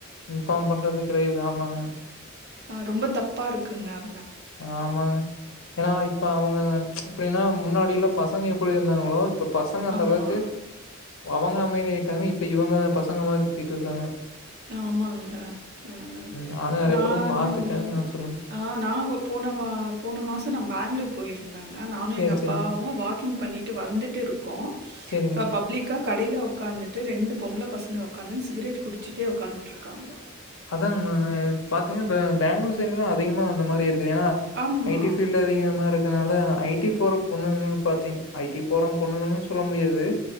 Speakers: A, on the left; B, on the right.
A: இன்ஃபாம் பண்றது கிடையாது ஆமாங்க
B: அ ரொம்பா தப்பா ருக்குங்க அ
A: ஆமாங்க ஏன்னா இப்ப அவுங்க ச்ச எப்டீனா முன்னாடியெல்ல பசங்க எப்படி இருந்தாங்களோ இப்ப பசங்க அந்தளவுக்கு
B: ஆமா.
A: அவங்க அமைதி ஆயிட்டாங்க இப்ப இவங்க தா பசங்க மாரி சுத்திட்டுருக்காங்க
B: ஆமாங்க அ
A: நானு நெறைய
B: நானு
A: பக்கோ பாத்துட்டே
B: வந்து
A: ஆ சொல்லுங்க
B: அ நாங்க போன வா போன மாசோ நா பேங்ளூர் போயிரு இருந்தாங்க நானு
A: சேரி
B: எங்கள் அப்பாவு
A: சேரிங்க
B: வாக்கிங் பண்ணிட்டு வந்துட்டுருக்கோ
A: சேரிங்க
B: அ பப்ளிக்கா கடில உக்காந்துட்டு ரெண்டு பொம்பள பசங்க உக்காந்துன் சிகரெட் குடிச் டு உட்காந்துட்டுருக்காங்க
A: அதாங்கங்க <unintelligible> பாத்தீங்ன்னா ம் பேங்களூர் சைட் ல்லா அதிகமா அந்த மாரி இருக் ஏன்னா
B: ஆமா.
A: ஐ டி ஃபீல்டு அதிகமாருக் அதனால ஐடி போற பொண்ணுங்கனு பாத்தீங்க ஐடி போற பொண்ணுங்கன்னு சொல்ல முடியாது